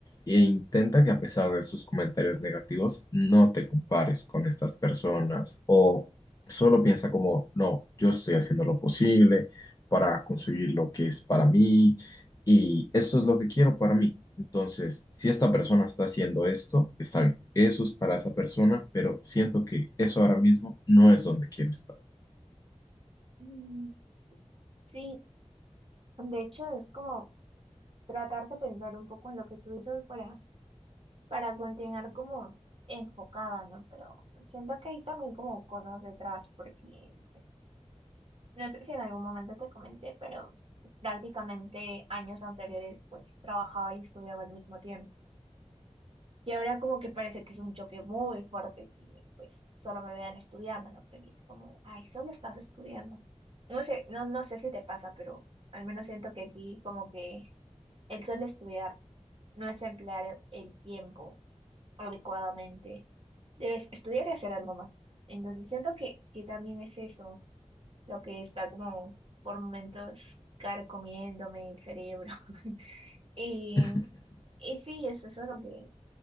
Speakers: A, on the left; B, on the right.
A: E intenta que a pesar de sus comentarios negativos, no te compares con estas personas o solo piensa como, no, yo estoy haciendo lo posible para conseguir lo que es para mí y esto es lo que quiero para mí. Entonces, si esta persona está haciendo esto, está bien. Eso es para esa persona, pero siento que eso ahora mismo no es donde quiero estar.
B: Mm, Sí, de hecho es como tratar de pensar un poco en lo que tú dices para, para continuar como enfocada, ¿no? Pero siento que hay también como cosas detrás, porque pues, no sé si en algún momento te comenté, pero prácticamente años anteriores pues trabajaba y estudiaba al mismo tiempo. Y ahora como que parece que es un choque muy fuerte que pues solo me vean estudiando, ¿no? Porque es como, ay, solo estás estudiando. No sé, no, no sé si te pasa, pero al menos siento que aquí como que el solo estudiar no es emplear el, el tiempo adecuadamente. Debes estudiar y hacer algo más. Entonces siento que, que también es eso lo que está como por momentos carcomiéndome el cerebro. <laughs> Y,
A: <laughs>
B: y sí, es eso lo que